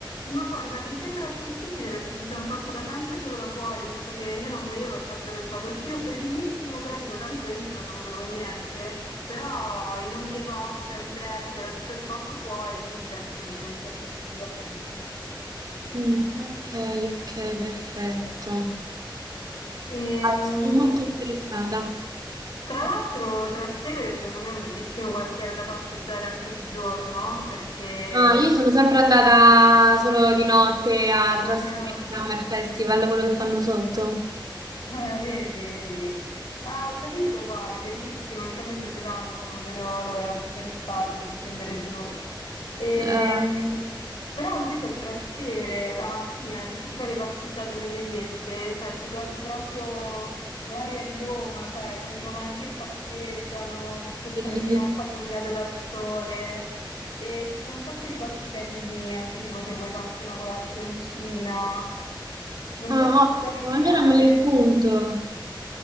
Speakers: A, on the left; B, on the right.
A: Ma guarda, mi sembra accessibile perché ci sono passata sempre solo da fuori, visto che io non bevo, ho sempre pensato, oddio, bellissimo, però dico tanto entro e non bevo niente, però i nomi dei cocktail, i prezzi, era tutto esposto fuori, quindi penso che sia accessibile a tutti.
B: Mm, ok, ok, perfetto.
A: Ehm,
B: Ah, sono molto interessata.
A: tra l'altro Trastevere secondo me è un bellissimo quartiere da passeggiare anche di giorno, perché
B: Ah, io sono sempre andata solo di notte al
A: sono
B: Trastevere
A: di notte.
B: Summer Festival,
A: <laughs>
B: quello che fanno sotto.
A: <laughs> Ah, Vedi, vedi. Ah, ho capito quale, bellissimo, anche a me piace tanto, non vedo l'ora tutte le estati di scendere giù. Ehm,
B: Eh,
A: però invece a Trastevere la mattina, se tu ti fai le passeggiate nelle viette, cioè ti godi proprio l'aria di Roma, cioè con i romani che passeggiano, queste stradine
B: bellissimo.
A: un po' illuminate dal sole. E ci sono un sacco di posti carini, anche tipo se vuoi farti una colazioncina. Non
B: ah,
A: c'è molto
B: ottimo,
A: da visitare,
B: allora me li appunto.